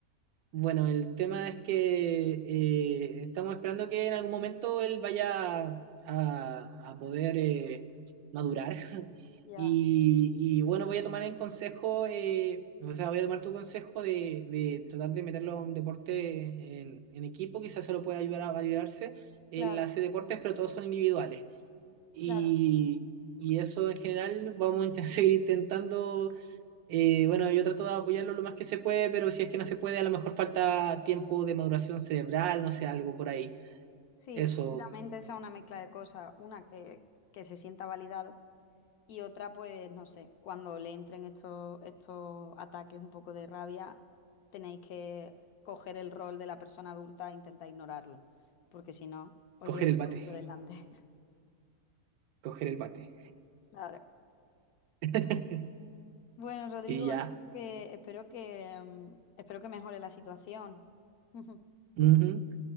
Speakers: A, on the right; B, on the left.
A: Bueno, el tema es que eh, estamos esperando que en algún momento él vaya a, a poder eh, madurar. <laughs>
B: ya,
A: Y, y bueno, voy a tomar en consejo, eh, o sea, voy a tomar tu consejo de, de tratar de meterlo a un deporte en, en equipo, quizás se lo pueda ayudar a validarse. Él
B: claro,
A: hace deportes, pero todos son individuales. Y,
B: claro.
A: y eso en general vamos a inten- <laughs> seguir intentando y bueno, yo trato de apoyarlo lo más que se puede, pero si es que no se puede, a lo mejor falta tiempo de maduración cerebral, no sé, algo por ahí.
B: Sí,
A: Eso,
B: seguramente sea una mezcla de cosas, una que, que se sienta validado Y otra, pues no sé, cuando le entren estos, estos ataques un poco de rabia, tenéis que coger el rol de la persona adulta e intentar ignorarlo, porque si no, os
A: coger
B: llevo
A: el bate,
B: por delante. <laughs>
A: coger el bate.
B: Claro.
A: <laughs>
B: Bueno, Rodrigo,
A: Y ya.
B: espero que, espero que, mm, espero que mejore la situación. <laughs>
A: Ujú.